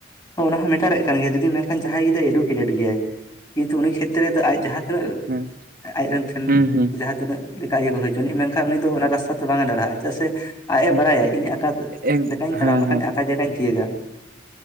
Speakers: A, on the left; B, on the right.
A: ᱚ ᱚᱱᱟ ᱦᱚᱸ ᱢᱮᱴᱟᱨ ᱮ ᱠᱟᱱ ᱜᱮᱭᱟ᱾ ᱡᱩᱫᱤ ᱢᱮᱱᱠᱷᱟᱱ ᱡᱟᱦᱟᱸᱭ ᱜᱤᱫᱽᱨᱟ ᱮᱰᱩᱠᱮᱴᱮᱴ ᱜᱮᱭᱟᱭ᱾ ᱠᱤᱱᱛᱩ ᱩᱱᱤ ᱠᱷᱮᱛᱨᱮ ᱨᱮᱫᱚ ᱟᱡ ᱡᱟᱦᱟᱸ ᱛᱤᱱᱟᱹᱜ
B: ᱦᱩᱸ
A: ᱟᱡᱨᱮᱱ ᱴᱷᱮᱱ
B: ᱦᱩᱸ ᱦᱩᱸ
A: ᱡᱟᱦᱟᱸ ᱛᱤᱱᱟᱹᱜ ᱞᱮᱠᱟ ᱤᱭᱟᱹ ᱠᱚ ᱦᱩᱭ ᱦᱚᱪᱚᱱᱤᱡ ᱢᱮᱱᱠᱷᱟᱱ ᱩᱱᱤ ᱫᱚ ᱚᱱᱟ ᱨᱟᱥᱛᱟ ᱛᱮ ᱵᱟᱝ-ᱮ ᱰᱟᱦᱨᱟᱜ-ᱟᱭ᱾ ᱪᱮᱫᱟᱜ ᱥᱮ ᱟᱡ ᱮ
B: ᱦᱩᱸ
A: ᱵᱟᱲᱟᱭᱟ ᱤᱧ ᱟᱠᱟ
B: ᱮᱠ
A: ᱞᱮᱠᱟᱧ
B: ᱦᱮᱸ
A: ᱛᱟᱲᱟᱢ ᱞᱮᱠᱷᱟᱱ
B: ᱦᱮᱸ
A: ᱟᱠᱟ ᱡᱟᱭᱜᱟᱧ ᱛᱤᱭᱩᱜᱟ᱾